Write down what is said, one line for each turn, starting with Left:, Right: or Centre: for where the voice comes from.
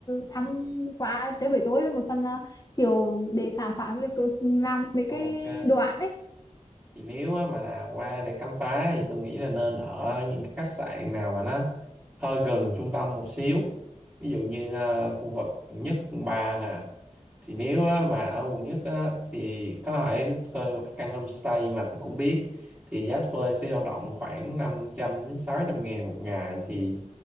Left: thăm qua chơi với tôi một phần là kiểu để khám phá được cái- làm mấy
Right: Ok.
Left: cái đồ án đấy
Right: thì nếu á mà là qua để khám phá thì tôi nghĩ là nên ở những cái khách sạn nào mà nó hơi gần trung tâm một xíu ví dụ như ờ, khu vực quận nhất quận ba nè thì nếu á, mà ở quận nhất á, thì có thể thuê một cái căn homestay mà tôi cũng biết thì giá thuê sẽ dao động khoảng 500 đến 600 ngàn một ngày thì